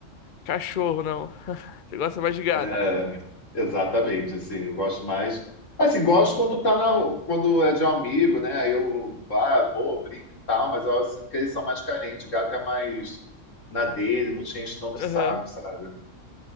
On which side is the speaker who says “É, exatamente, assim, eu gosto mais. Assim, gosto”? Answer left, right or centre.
Left